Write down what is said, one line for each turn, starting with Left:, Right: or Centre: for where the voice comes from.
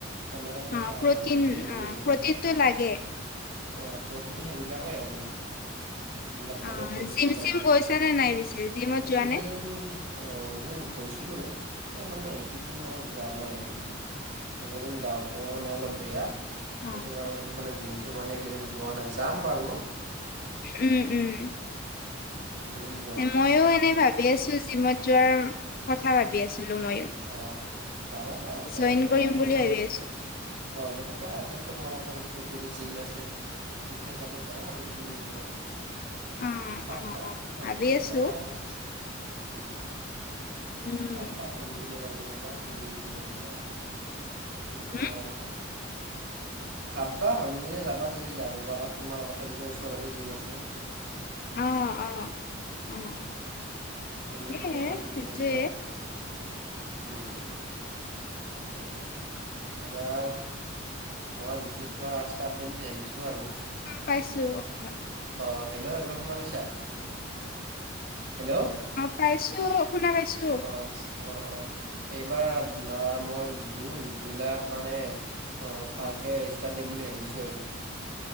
Right: তেনেকে
Left: অ',
Right: খাওঁ আহি পিনে দৌৰি
Left: অ',
Right: আহি পিনে।
Left: প্ৰটিনটো প্ৰটিন লাগে।
Right: অ প্ৰটিন সেইবিলাকেই আৰু সেইবিলাক খালেই
Left: অ',
Right: প্ৰটিনটো
Left: জিম
Right: পাই
Left: চিম
Right: যায়
Left: গৈছা নে নাই পিছে জিমত যোৱা
Right: জিম
Left: নে?
Right: অ জিম গৈছিলোঁ এই মানে এইকেইদিন অলপ যোৱা নাই এইকেইদিন এইকেইদিন গাটো মানে অলপ বেয়া।
Left: অ',
Right: সেইটো কাৰণত মানে জিমটো মানে এইকেইদিন যোৱা নাই যাম বাৰু।
Left: উম উম
Right: এইকেইদিন য
Left: ময়ো এনেই ভাবি আছোঁ জিমত যোৱাৰ কথা ভাবি আছিলোঁ ময়ো।
Right: অ যাব পৰাটো
Left: জইন
Right: তোমালোকৰ
Left: কৰিম বুলি
Right: ওচৰত।
Left: ভাবি আছো।
Right: অ যাব পাৰা তাত তোমালোকৰ ওচৰত যদি জিম আছে। তেতিয়া যাব পাৰা আৰু তুমিও জিমত।
Left: অ',
Right: ভাবা
Left: অ', অ',
Right: ভাবি পিনে
Left: আছো
Right: যাবা আৰু উম
Left: উম,
Right: ভাবা ভাবি পিনে যাব পাৰা যদি জিমত যোৱা। তোমাৰ
Left: হম,
Right: কথা। ভাবা ভাবি পিনে যাবা যদি যাব পাৰা তোমাৰ কথা যদি ওচৰতে জিম আছে।
Left: অ অ অ
Right: তুমি
Left: এ
Right: কি কৰা তুমি
Left: সেইটোৱে।
Right: জানিবা আৰু উম। হলেও ব্ৰইলাৰ মই বিচনেজ তোমাৰ ৰাস্তাত দিম যে ভাবিছোঁ আৰু।
Left: পাইছোঁ অকমান
Right: অ, হেল্ল এইবাৰ শুনা পাইছা হেল্ল অ।
Left: পাইছো শুনা পাইছো
Right: অ অ, এইবাৰ না মই জুন জুলাইত মানে অ, ভালকে ষ্টাৰ্ট দিম বুলি ভাবিছোঁ আৰু।